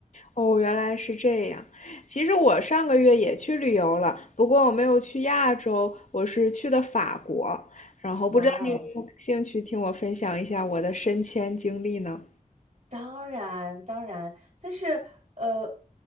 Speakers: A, on the left; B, on the right.
A: 哦，原来是这样。其实我上个月也去旅游了，不过我没有去亚洲，我是去的法国。然后不知道你有没有兴趣听我分享一下我的升迁经历呢？
B: 哇哦！当然，当然，但是呃，